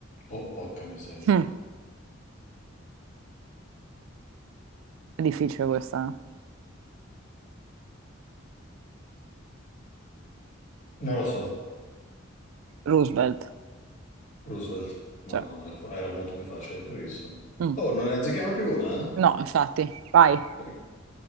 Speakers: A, on the left (about 40°); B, on the right (about 85°).
A: Oh, porca miseria.
B: Hm, è difficile questa.
A: Non lo so,
B: eh. Roosevelt.
A: Roosevelt. No,
B: Cioè,
A: no, era, fa- era molto più facile del previsto.
B: mm.
A: Oh, non ne azzecchiamo più una, eh?
B: No, infatti, vai.
A: Bravi-